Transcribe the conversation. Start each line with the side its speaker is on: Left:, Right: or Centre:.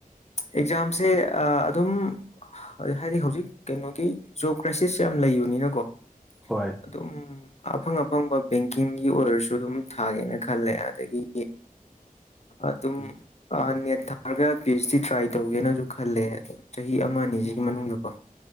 Left: ꯑꯦꯛꯖꯥꯝꯁꯦ ꯑꯗꯨꯝ ꯑ ꯍꯥꯏꯗꯤ ꯍꯧꯖꯤꯛ ꯀꯩꯅꯣꯒꯤ ꯖꯣꯕ ꯀ꯭ꯔꯥꯏꯁꯤꯁ ꯌꯥꯝ ꯂꯩꯕꯅꯤꯅꯀꯣ
Centre: ꯍꯣꯏ
Left: ꯑꯗꯨꯝ ꯑꯐꯪ ꯑꯐꯪꯕ ꯕꯦꯡꯀꯤꯡꯒꯤ ꯑꯣꯏꯔꯁꯨ ꯑꯗꯨꯝ ꯊꯥꯒꯦꯅ ꯈꯜꯂꯦ ꯑꯗꯒꯤ ꯑꯗꯨꯝ
Centre: ꯎꯝ
Left: ꯑ ꯅꯦꯠ ꯊꯥꯔꯒ ꯄꯤ ꯑꯩꯆ ꯗꯤ ꯇ꯭ꯔꯥꯏ ꯇꯧꯒꯦꯅꯁꯨ ꯈꯜꯂꯦ ꯑꯗꯨꯝ ꯆꯍꯤ ꯑꯃ ꯑꯅꯤꯁꯤꯒꯤ
Centre: ꯑꯣ
Left: ꯃꯅꯨꯡꯗꯀꯣ